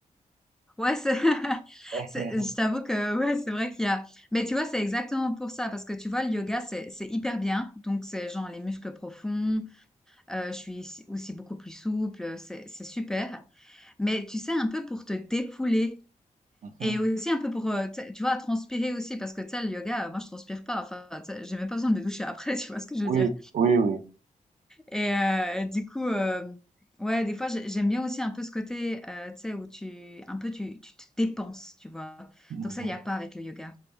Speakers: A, in the centre; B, on the right.
A: Ouais, c'est, <laughs>
B: <laughs>
A: c'est- je t'avoue que ouais, c'est vrai qu'il y a. Mais tu vois, c'est exactement pour ça, parce que tu vois, le yoga, c'est c'est hyper bien. Donc, c'est genre les muscles profonds. euh, je suis aussi aussi beaucoup plus souple. C'est c'est super. Mais tu sais, un peu pour te défouler
B: Mhm.
A: et aussi un peu pour, euh, tu sais, tu vois, transpirer aussi, parce que tu sais, le yoga, euh, moi, je transpire pas. Enfin, tu sais, j'ai même pas besoin de me doucher après. <laughs> Tu vois ce que je
B: Oui,
A: veux dire?
B: oui, oui.
A: Et euh, du coup, euh, ouais, des fois, j'ai- j'aime bien aussi un peu ce côté, euh, tu sais, où tu, un peu, tu, tu te dépenses, tu vois.
B: Mm-hmm.
A: Donc ça, il n'y a pas avec le yoga.